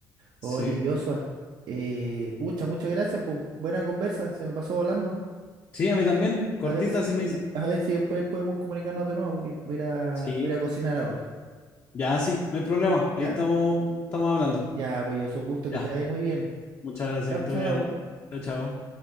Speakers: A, on the right; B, on the left.
A: Oye,
B: Sí.
A: Joshua, eh, pucha, muchas gracias, pues. Buena conversa, se me pasó volando.
B: Sí, a mí también. Cortita
A: A ver si,
B: se me hizo.
A: a ver si después podemos comunicarnos de nuevo, porque voy a, ir a
B: Sí.
A: voy a ir a cocinar ahora.
B: Ya, sí, no hay problema. Ahí
A: ¿Ya?
B: estamos, estamos hablando.
A: Ya, pues yo, es un gusto
B: Ya.
A: que te vaya muy bien.
B: Muchas gracias,
A: Chao,
B: que estés
A: chao.
B: bien. Chao, chao.